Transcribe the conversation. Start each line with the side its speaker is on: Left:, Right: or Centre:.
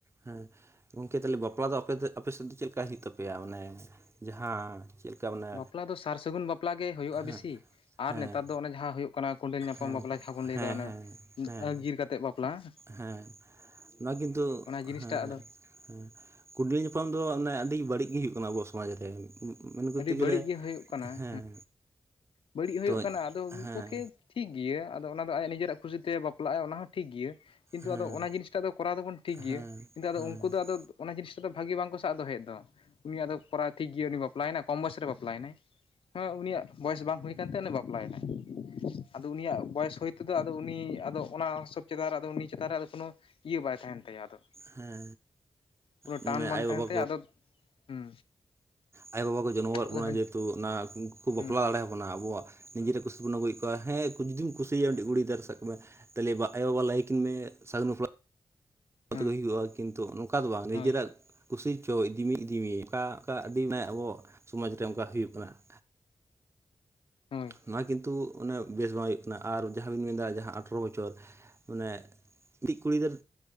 Right: ᱦᱮᱸ ᱜᱚᱢᱠᱮ ᱛᱟᱦᱚᱞᱮ ᱵᱟᱯᱞᱟ ᱫᱚ ᱟᱯᱮ ᱥᱮᱫ ᱫᱚ ᱪᱮᱫ ᱞᱮᱠᱟ ᱦᱩᱭᱩᱜ ᱛᱟᱯᱮᱭᱟ ᱢᱟᱱᱮ ᱡᱟᱦᱟᱸ ᱪᱮᱫ ᱞᱮᱠᱟ ᱢᱟᱱᱮ
Left: ᱵᱟᱯᱞᱟ ᱫᱚ ᱥᱟᱨ ᱥᱟᱹᱜᱩᱱ ᱵᱟᱯᱞᱟ ᱜᱮ ᱦᱳᱭᱳᱜᱼᱟ
Right: ᱦᱮᱸ
Left: ᱵᱤᱥᱤ
Right: ᱦᱮᱸ
Left: ᱟᱨ ᱱᱮᱛᱟᱨ ᱫᱚ ᱚᱱᱮ ᱡᱟᱦᱟᱸ ᱦᱳᱭᱳᱜ ᱠᱟᱱᱟ ᱠᱚᱸᱰᱮᱞ ᱧᱟᱯᱟᱢ
Right: ᱦᱮᱸ
Left: ᱵᱟᱯᱞᱟ ᱡᱟᱦᱟᱸ ᱵᱚᱱ ᱞᱟᱹᱭᱫᱟ
Right: ᱦᱮᱸ
Left: ᱚᱱᱮ
Right: ᱦᱮᱸ ᱦᱮᱸ
Left: ᱟᱹᱜᱤᱨ ᱠᱟᱛᱮᱫ ᱵᱟᱯᱞᱟ ᱾
Right: ᱦᱮᱸ ᱱᱚᱣᱟ ᱠᱤᱱᱛᱩ
Left: ᱡᱤᱱᱤᱥᱴᱟᱜ
Right: ᱦᱮᱸ
Left: ᱟᱫᱚ
Right: ᱾ ᱦᱮᱸ ᱠᱩᱰᱞᱤ ᱧᱟᱯᱟᱢ ᱫᱚ ᱚᱱᱮ ᱟᱹᱰᱤ ᱵᱟᱹᱲᱤᱡ ᱜᱮ ᱦᱩᱭᱩᱜ ᱠᱟᱱᱟ ᱟᱵᱚᱣᱟᱜ ᱥᱚᱢᱟᱡᱽ ᱨᱮ ᱾ ᱢᱮᱱ ᱠᱚᱨᱛᱮ
Left: ᱟᱹᱰᱤ ᱵᱟᱹᱲᱤᱡ
Right: ᱜᱮᱞᱮ
Left: ᱜᱮ ᱦᱩᱭᱩᱜ ᱠᱟᱱᱟ
Right: ᱦᱮᱸ
Left: ᱵᱟᱹᱲᱤᱡ ᱦᱩᱭᱩᱜ
Right: ᱛᱚ
Left: ᱠᱟᱱᱟ ᱟᱫᱚ ᱢᱤᱫ
Right: ᱦᱮᱸ
Left: ᱯᱚᱠᱠᱷᱮ ᱴᱷᱤᱠ ᱜᱮᱭᱟ ᱟᱫᱚ ᱚᱱᱟ ᱫᱚ ᱟᱭᱟᱜ ᱱᱤᱡᱮᱨᱟᱜ ᱠᱷᱩᱥᱤᱛᱮ ᱵᱟᱯ ᱵᱟᱯᱞᱟᱜᱼᱟᱭ ᱚᱱᱟ ᱦᱚᱸ ᱴᱷᱤᱠ ᱜᱮᱭᱟ ᱠᱤᱱᱛᱩ
Right: ᱦᱮᱸ
Left: ᱟᱫᱚ ᱚᱱᱟ ᱡᱤᱱᱤᱥᱴᱟᱜ ᱫᱚ ᱠᱚᱨᱟᱣ ᱫᱚᱵᱚᱱ ᱴᱷᱤᱠ ᱜᱮᱭᱟ
Right: ᱦᱮᱸ
Left: ᱠᱤᱱᱛᱩ ᱟᱫᱚ
Right: ᱦᱮᱸ
Left: ᱩᱱᱠᱩ ᱫᱚ ᱟᱫᱚ, ᱚᱱᱟ ᱡᱤᱱᱤᱥ ᱴᱟᱜᱫᱚ ᱵᱷᱟᱜᱤ ᱵᱟᱝᱠᱚ ᱥᱟᱵ ᱫᱚᱦᱚᱭᱮᱫ ᱫᱚ ᱩᱱᱤᱭᱟᱜ ᱫᱚ ᱠᱚᱨᱟᱭᱟᱭ ᱴᱷᱤᱠ ᱜᱮᱭᱟ ᱩᱱᱤ ᱵᱟᱯᱞᱟᱭᱮᱱᱟᱭ ᱠᱚᱢ ᱵᱚᱭᱚᱥᱨᱮ ᱵᱟᱯᱞᱟᱭᱮᱱᱟᱭ ᱾ ᱦᱮᱸ ᱩᱱᱤᱭᱟᱜ ᱵᱚᱭᱮᱥ ᱵᱟᱝ ᱦᱩᱭ ᱠᱟᱱ ᱛᱟᱭᱟ ᱩᱱᱤ ᱵᱟᱯᱞᱟᱭᱮᱱᱟ ᱾ ᱟᱫᱚ ᱩᱱᱤᱭᱟᱜ ᱵᱚᱭᱮᱥ ᱦᱚᱭ ᱛᱮᱫᱚ ᱟᱫᱚ ᱩᱱᱤ ᱟᱫᱚ ᱚᱱᱟ ᱦᱤᱥᱟᱹᱵ ᱪᱮᱛᱟᱱ ᱨᱮ ᱩᱱᱤ ᱪᱮᱛᱟᱱ ᱨᱮ ᱠᱳᱱᱳ, ᱤᱭᱟᱹ ᱵᱟᱭ ᱛᱟᱦᱮᱱ ᱛᱟᱭᱟ ᱟᱫᱚ
Right: ᱦᱮᱸ
Left: ᱯᱩᱨᱟᱹ
Right: ᱦᱮᱸ
Left: ᱴᱟᱱ ᱵᱟᱝ
Right: ᱟᱭᱳ
Left: ᱛᱟᱦᱮᱱ
Right: ᱵᱟᱵᱟ
Left: ᱛᱟᱭᱟ ᱟᱫᱚ ᱦᱩᱸ
Right: ᱟᱭᱳ ᱵᱟᱵᱟ ᱠᱚ ᱡᱚᱱᱢᱚ ᱟᱠᱟᱫ
Left: ᱟᱫᱚ
Right: ᱵᱚᱱᱟ
Left: ᱦᱟᱹᱱ
Right: ᱡᱮᱦᱮᱛᱩ ᱚᱱᱟ ᱩᱱᱠᱩ ᱠᱚ
Left: ᱦᱩᱸ
Right: ᱵᱟᱯᱞᱟ ᱫᱟᱲᱮᱭᱟᱵᱚ ᱵᱚᱱᱟ ᱟᱵᱚᱣᱟᱜ ᱱᱤᱡᱮᱨᱟᱜ ᱠᱩᱥᱤ ᱛᱮᱵᱚᱱ ᱟᱹᱜᱩᱭᱮᱫ ᱠᱚᱣᱟ ᱦᱮᱸ ᱡᱩᱤᱢ ᱠᱩᱥᱤᱣᱟᱭᱟ ᱰᱮᱝᱜᱟᱹᱭᱟᱹ ᱜᱩᱲᱤ ᱜᱤᱫᱽᱨᱟᱹ ᱟᱫᱚ ᱥᱟᱵ ᱠᱟᱜ ᱢᱮ, ᱛᱟᱞᱮ ᱟᱭᱳ ᱵᱟᱵᱟ ᱞᱮᱭᱟᱠᱤᱱ ᱢᱮ ᱥᱟᱹᱜᱩᱱ ᱵᱟᱯᱞᱟ ᱾
Left: ᱦᱳᱭ
Right: ᱟᱠᱤᱨ ᱜᱮ ᱦᱩᱭᱩᱜᱼᱟ ᱠᱤᱱᱛᱩ ᱱᱚᱝᱠᱟ ᱫᱚ ᱵᱟᱝ ᱱᱤᱡᱮᱨᱟᱜ‌,
Left: ᱦᱳᱭ
Right: ᱠᱩᱥᱤ ᱪᱚ ᱤᱫᱤᱢᱤᱧ ᱤᱫᱤᱢᱤᱧ ᱚᱱᱠᱟ ᱚᱱᱠᱟ ᱟᱹᱰᱤ ᱢᱟᱱᱮ ᱟᱵᱚ ᱥᱚᱢᱟᱡᱽ ᱨᱮ ᱚᱱᱠᱟ ᱦᱩᱭᱩᱜ ᱠᱟᱱᱟ ᱾
Left: ᱦᱳᱭ
Right: ᱱᱚᱣᱟ ᱠᱤᱱᱛᱩ ᱚᱱᱮ, ᱵᱮᱥ ᱵᱟᱝ ᱦᱩᱭᱩᱜ ᱠᱟᱱᱟ ᱟᱨ ᱡᱟᱦᱟᱸ ᱵᱤᱱ ᱢᱮᱱᱫᱟ ᱡᱟᱦᱟᱸ ᱟᱴᱷᱨᱚ ᱵᱚᱪᱷᱚᱨ ᱢᱟᱱᱮ ᱢᱤᱫᱴᱤᱡ ᱠᱩᱲᱤ ᱜᱤᱫᱟᱹᱨ